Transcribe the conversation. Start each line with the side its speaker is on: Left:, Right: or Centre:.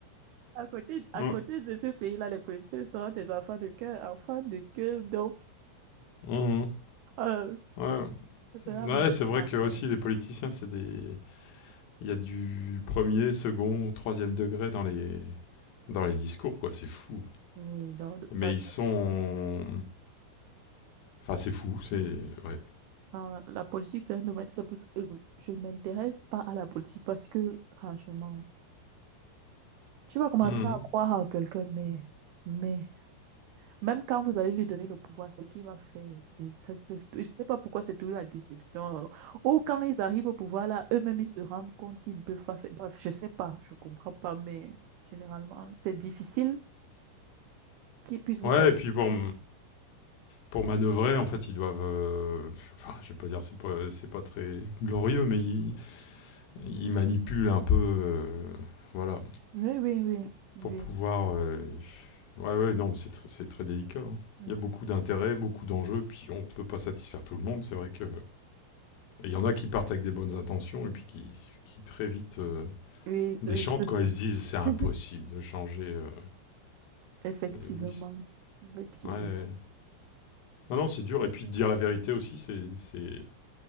Right: À côté, à
Left: Ouais.
Right: côté de ce pays-là, les policiers sont des enfants de cœur, enfants de cœur. Donc,
Left: Mhm.
Right: euh,
Left: Ouais.
Right: ce sera
Left: Ouais,
Right: m-
Left: c'est vrai
Right: ma
Left: que aussi
Right: bonne-
Left: les politiciens, c'est des. il y a du premier, second, troisième degré dans les, dans les discours, quoi. C'est fou.
Right: Oui, dans,
Left: Mais
Right: dans-
Left: ils sont. Enfin, c'est fou, c'est. Ouais.
Right: dans la politique, c'est un domaine. C'est pour, ça- euh, je ne m'intéresse pas à la politique parce que, franchement, tu vas commencer
Left: Mhm.
Right: à croire en quelqu'un, mais, mais Même quand vous allez lui donner le pouvoir, ce qu'il va faire, des- ça- ça- je sais pas pourquoi c'est toujours la déception. euh. Ou quand ils arrivent au pouvoir, là, eux-mêmes, ils se rendent compte qu'ils ne peuvent pas faire. Bref, je sais pas, je comprends pas, mais généralement, c'est difficile qu'ils puissent vous
Left: Ouais,
Right: satisfaire.
Left: et puis pour, pour manœuvrer, en fait, ils doivent. euh, Enfin, je vais pas dire, c'est pas, c'est pas très glorieux, mais ils, ils manipulent un peu. euh, voilà.
Right: Oui, oui, oui, oui.
Left: Pour pouvoir. euh, Ouais, ouais, non, c'est tr- c'est très délicat. hein.
Right: Mhm.
Left: Il y a beaucoup d'intérêts, beaucoup d'enjeux, puis on peut pas satisfaire tout le monde. C'est vrai que. Il y en a qui partent avec des bonnes intentions et puis qui, qui très vite euh,
Right: Oui, c'est,
Left: déchantent
Right: c'est-
Left: quand ils se disent c'est impossible
Right: <laughs>
Left: de changer. euh,
Right: effectivement,
Left: oui,
Right: effectivement.
Left: ouais. Non, non, c'est dur. Et puis dire la vérité aussi, c'est- c'est